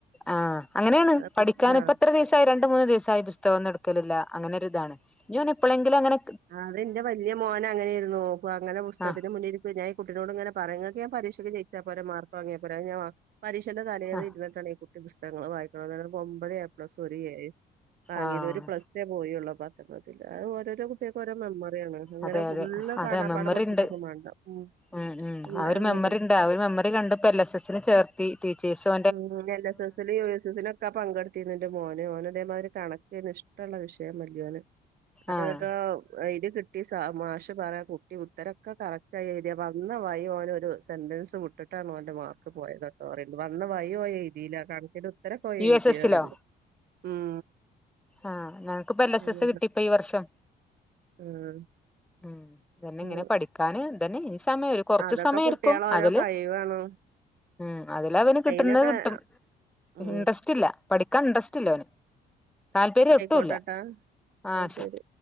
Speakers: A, in the centre; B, on the right.
A: ആഹ് അങ്ങനെണ്
B: അത്
A: പഠിക്കാന്
B: കു ആഹ്
A: ഇപ്പെത്ര ദിവസ് ഇപ്പ രണ്ട് മൂന്ന് ദിവസായി പുസ്തകൊന്നുട്ക്കലില്ല അങ്ങനൊരിതാണ് ഇന്തോന് എപ്പളെങ്കിലങ്ങനെ
B: ആഹ് തെന്റെ വല്യ മോന ങ്ങനേര്ന്നു പ്പൊ അങ്ങനെ പുസ്തകത്തിന്
A: ആഹ്
B: മുന്നിരി <unintelligible> ഞാൻ ഈ കുട്ടിനോട്ങ്ങനെ പറയും ഇങ്ങക്ക് ഞാൻ പരീക്ഷക്ക് ജയിച്ചാ പോരെ മാർക്ക് വാങ്ങ്യാ പോരെ അത് ഞാ വാ പരീക്ഷന്റെ തലേന്ന്
A: ആഹ്
B: ഇര്ന്ന്ട്ടാണ് ഈ കുട്ടി പുസ്തങ്ങങ്ങള് വായിക്കണത് ന്നട്ട് ഒമ്പത് എ പ്ലസും ഒര് എയും വാങ്ങ്യത്
A: ആഹ്
B: ഒര് പ്ലസ്സേ പോയൊള്ളു പത്ത് <unintelligible> അത് ഓരോരോ കുട്ട്യെക്കൊരോ മെമ്മറ്യാണ് ഇങ്ങനെ
A: അതെ
B: ഫുള്ള്
A: അതെ അതെ
B: കാണാപ്പാടം
A: മെമ്മറി
B: പഠിച്ചിട്ടൊന്നും
A: ഉണ്ട്
B: മാണ്ട. ഉം
A: ഉം ഉം
B: ഉണ്ടായാ
A: ആ ഒര് മെമ്മറി
B: മതി
A: ണ്ട് ആ ഒര് മെമ്മറി കണ്ട് പ്പോ എൽ എസ് എസ്സിന് ചേർത്തി ടീച്ചേഴ്സ്നു
B: ഉം എല് എസ് എസ്സിലും യു എസ് എസ്സിലൊ ക്കെ പങ്കെട്ത്തിര്ന്നു ഇന്റെ മോന് ഓന് അതേ മാതിരി കണക്കെന്നു ഇഷ്ടെള്ള വിഷയം വല്യോന് അറ്‌വ
A: ആഹ്
B: <unintelligible> അയ്ല് കിട്ടി സ മാഷ് പറയാ കുട്ടി ഉത്തരൊക്കെ കറക്ടായി എഴ്തിയ വന്ന വയി ഓനൊരു സെൻൻ്റെസ് വിട്ട്ട്ടാണ് ഓന്റെ മാർക്ക് പോയത് <unintelligible> വന്ന വഴി ഓൻ എയ്തീല കണക്കിന്റെ ഉത്തരൊക്കെ ഓൻ
A: യു
B: എഴുത്യാറിണ്ട്
A: എസ് എസിലോ
B: ഉം
A: ആഹ് ഞങ്ങക്ക്പ്പൊ എല് എസ്
B: അങ്ങനെ
A: എസ് കിട്ടി പ്പ ഈ വർഷം.
B: ഉം
A: ഉം തെന്നെ
B: ഉം.
A: ഇങ്ങനെ പഠിക്കാന് തെന്നെ ഈ സമയം ഒര് കൊർച്ച്
B: അതൊക്കെ
A: സമയം
B: കുട്ടികളെ
A: ഇരിക്കും
B: ഓരോ
A: അതില്
B: കഴിവാണ്
A: ഉം അതിലവന് കിട്ട്ന്നെ
B: അയിനൊക്കെ
A: കിട്ടും.
B: ഉം
A: ഇൻണ്ടസ്റ്റില്ല പഠിക്കാൻ ഇൻണ്ടസ്റ്റില്ല ഓന് താല്പര്യൊട്ടുല്ല
B: ന്നാ ആയിക്കോട്ടെട്ടാ ന്നാ
A: ആഹ്
B: ശരി
A: ശെരി